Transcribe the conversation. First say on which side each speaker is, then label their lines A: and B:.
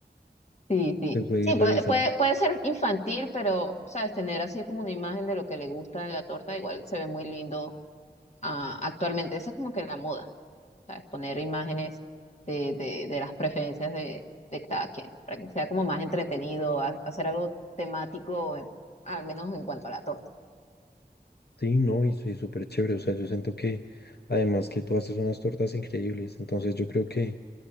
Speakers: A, on the left (about 40°); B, on the left (about 70°).
A: Sí, sí.
B: te puede
A: Sí,
B: ir revisando.
A: puede, puede, puede ser infantil, pero, sabes, tener así como una imagen de lo que le gusta en la torta, igual se ve muy lindo ah, actualmente. Esa es como que la moda, ¿sabes? Poner imágenes de, de, de las preferencias de, de cada quien, para que sea como más entretenido, ha- hacer algo temático, eh, al menos en cuanto a la torta.
B: Sí, no, y soy súper chévere. O sea, yo siento que además que tú haces unas tortas increíbles. Entonces yo creo que,